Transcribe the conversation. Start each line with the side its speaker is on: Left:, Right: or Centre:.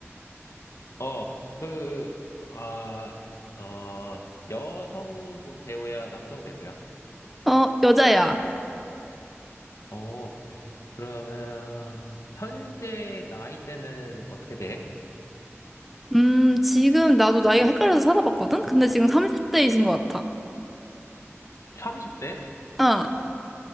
Left: 어, 그, 아, 어, 여성 부- 배우야, 남성 배우야?
Centre: 어, 여자야.
Left: 어, 그러면 현재 나이대는 어떻게 돼?
Centre: 음, 지금 나도 나이가 헷갈려서 찾아봤거든? 근데 지금 30대이신 것 같아.
Left: 30대?
Centre: 어,